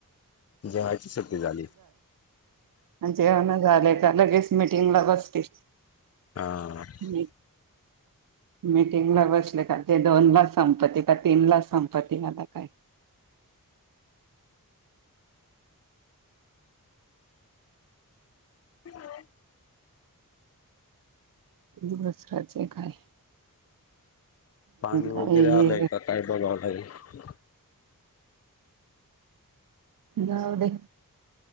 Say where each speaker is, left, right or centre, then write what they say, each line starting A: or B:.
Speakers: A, on the left; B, on the right.
A: जेवायची सुट्टी झाली.
B: आणि जेवन झाले का लगेच मिटिंगला बसतील.
A: हा
B: मी
A: <inaudible>
B: मीटिंगला बसले का ते दोनला संपती का तीनला संपती. आता काय
A: <unintelligible>
B: वसराचे काय?
A: पाणी
B: काही
A: वगैरे आलय का काय बघाव लागेल.
B: जाऊ दे.